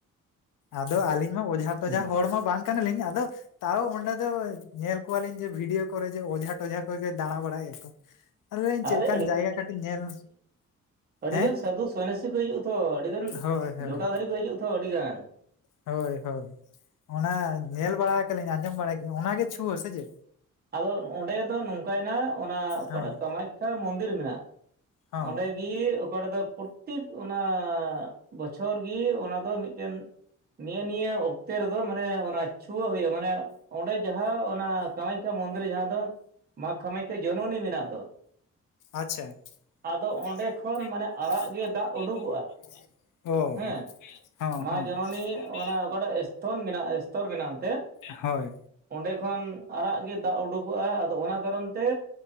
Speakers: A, on the left; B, on the right.
A: ᱟᱫᱚ ᱟᱹᱞᱤᱧ ᱢᱟ ᱚᱡᱷᱟ ᱴᱚᱡᱟ
B: ᱦᱩᱸ
A: ᱦᱚᱲᱢᱟ ᱵᱟᱝ ᱠᱟᱱᱟᱞᱤᱧ ᱟᱫᱚ ᱛᱟᱣ ᱚᱸᱰᱮ ᱫᱚ ᱧᱮᱞ ᱠᱚᱣᱟᱞᱤᱧ ᱡᱮ ᱵᱷᱤᱰᱭᱳ ᱠᱚᱨᱮ ᱡᱮ ᱚᱡᱷᱟ ᱴᱚᱡᱷᱟ ᱠᱚᱜᱮ ᱫᱟᱬᱟ ᱵᱟᱲᱟᱭᱼᱭᱟᱠᱚ ᱟᱫᱚᱧ ᱪᱮᱫ
B: ᱟᱨᱮ
A: ᱞᱮᱠᱟᱱ ᱡᱟᱭᱜᱟ ᱠᱟᱹᱴᱤᱡᱽ ᱧᱮᱞ
B: ᱟᱹᱰᱤ
A: ᱦᱮᱸ
B: ᱜᱟᱱ ᱥᱟᱫᱷᱩ ᱥᱚᱱᱭᱟᱥᱤ ᱠᱚ ᱦᱤᱡᱩᱜᱼᱟ ᱛᱷᱚ ᱟᱹᱰᱤ ᱜᱟᱱ
A: ᱦᱳᱭ ᱦᱳᱭ
B: ᱡᱚᱴᱟ ᱫᱷᱟᱹᱨᱤ ᱠᱚ ᱦᱤᱡᱩᱜᱼᱟ ᱛᱷᱚ ᱟᱹᱰᱤ ᱜᱟᱱ
A: ᱦᱳᱭ ᱦᱳᱭ ᱚᱱᱟ ᱧᱮᱞ ᱵᱟᱲᱟ ᱠᱟᱞᱤᱧ ᱟᱸᱡᱚᱢ ᱵᱟᱲᱟ ᱠᱟᱞᱤᱧ ᱚᱱᱟ ᱜᱮ ᱪᱷᱩᱣᱟᱹ ᱥᱮ ᱪᱮ?
B: ᱟᱫᱚ ᱚᱸᱰᱮ ᱫᱚ ᱱᱚᱝᱠᱟᱭ ᱱᱟ ᱚᱱᱟ ᱚᱠᱟᱴᱟᱜ
A: ᱦᱚᱸ
B: ᱠᱟᱢᱟᱠᱷᱟᱭᱟ ᱢᱚᱱᱫᱤᱨ ᱢᱮᱱᱟᱜ
A: ᱦᱚᱸ
B: ᱚᱸᱰᱮ <unintelligible> ᱚᱠᱟᱴᱟᱜ ᱫᱚ ᱯᱨᱚᱛᱮᱠ ᱚᱱᱟ ᱵᱚᱪᱷᱚᱨ ᱜᱤ ᱚᱱᱟ ᱫᱚ ᱢᱤᱫᱴᱮᱱ ᱱᱤᱭᱟᱹ ᱱᱤᱭᱟᱹ ᱚᱠᱛᱮ ᱨᱮᱫᱚ ᱢᱟᱱᱮ ᱚᱱᱟ ᱪᱷᱩᱣᱟᱹ ᱦᱩᱭᱩᱜ ᱢᱟᱱᱮ ᱚᱸᱰᱮ ᱡᱟᱦᱟᱸ ᱚᱱᱟ ᱠᱟᱢᱟᱭ ᱢᱚᱱᱫᱤᱨ ᱡᱟᱦᱟᱸ ᱫᱚ ᱢᱟ ᱠᱟᱢᱟᱠᱷᱟᱭᱟ ᱡᱚᱱᱚᱱᱤ ᱢᱮᱱᱟᱜ ᱫᱚ
A: ᱟᱪᱪᱷᱟ
B: ᱟᱫᱚ
A: <unintelligible>
B: ᱚᱸᱰᱮ ᱠᱷᱚᱱ ᱢᱟᱱᱮ ᱟᱨᱟᱜ ᱜᱮ ᱫᱟᱜ ᱩᱰᱩᱠᱚᱜᱼᱟ
A: ᱚ <unintelligible> ᱦᱚᱸ
B: ᱦᱮᱸ
A: ᱦᱚᱸ
B: ᱡᱚᱱᱚᱱᱤ
A: ᱢᱟ ᱡᱟᱱᱚᱱᱤ
B: ᱚᱱᱟ ᱚᱠᱟᱴᱟᱜ ᱥᱛᱷᱚᱱ ᱢᱮᱱᱟᱜᱼᱟ ᱥᱛᱚᱨ ᱢᱮᱱᱟᱜ ᱮᱱᱛᱮᱫ
A: <unintelligible> ᱦᱳᱭ
B: ᱚᱸᱰᱮ ᱠᱷᱚᱱ ᱟᱨᱟᱜ ᱜᱮ ᱫᱟᱜᱽ ᱩᱰᱩᱠᱚᱜᱼᱟ ᱟᱫᱚ ᱚᱱᱟ ᱠᱟᱨᱚᱱ ᱛᱮ